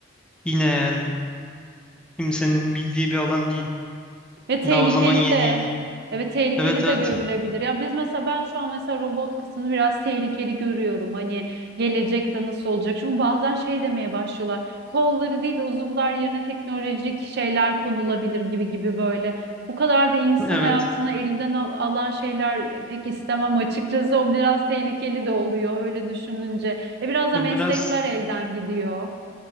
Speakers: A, in the centre; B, on the right.
A: yine yani kimsenin bildiği bir alan değil.
B: Ve tehlikeli
A: Daha o zaman yeni
B: de
A: yeni.
B: evet tehlikeli
A: Evet evet
B: de görülebilir. Ya biz mesela ben şu an mesela robot kısmını biraz tehlikeli görüyorum. Hani gelecekte nasıl olacak? Çünkü bazen şey demeye başlıyorlar. Kolları değil de uzuvlar yerine teknolojik şeyler konulabilir gibi gibi böyle. Bu kadar da insan
A: evet
B: hayatını elinden al- alan şeyler pek istemem açıkçası. O biraz tehlikeli de oluyor öyle düşününce. E biraz da
A: o
B: meslekler
A: biraz
B: elden gidiyor.